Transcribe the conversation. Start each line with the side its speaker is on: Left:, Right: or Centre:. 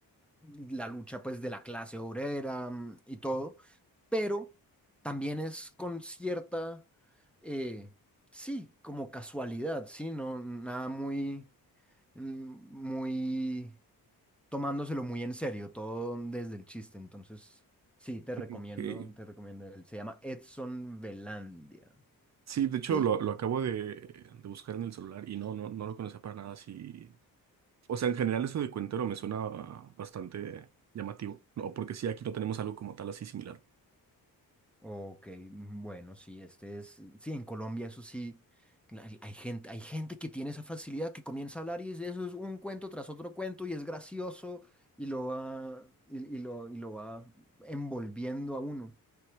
Centre: la lucha pues de la clase obrera mm, y todo, pero también es con cierta, eh, sí, como casualidad, sí, no, nada muy, mm, muy tomándoselo muy en serio, todo desde el chiste. Entonces, sí, te recomiendo,
Right: Ok.
Centre: te recomiendo él. Se llama Edson Belandia.
Right: Sí, de hecho
Centre: Y,
Right: lo, lo acabo de, de buscar en el celular y no, no, no lo conocía para nada. Sí. O sea, en general eso de cuentero me suena bastante llamativo. No, porque sí, aquí no tenemos algo como tal así similar.
Centre: ok, bueno, sí, este es, sí, en Colombia eso sí, hay, hay gente, hay gente que tiene esa facilidad que comienza a hablar y dice, eso es un cuento tras otro cuento y es gracioso y lo va, y, y lo, y lo va envolviendo a uno.